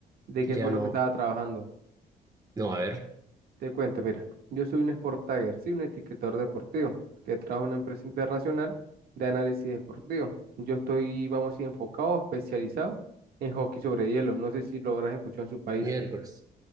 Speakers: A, on the right; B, on the right.
A: de
B: Ya
A: qué fue
B: no.
A: lo que estaba trabajando.
B: No, a ver.
A: Te cuento, mira, yo soy un Sport Tagger, sí, un etiquetador deportivo, que trabajo en una empresa internacional de análisis deportivo. Yo estoy, vamos a decir, enfocado, especializado en hockey sobre hielo. No sé si lo habrás escuchado en su país.
B: Miércoles.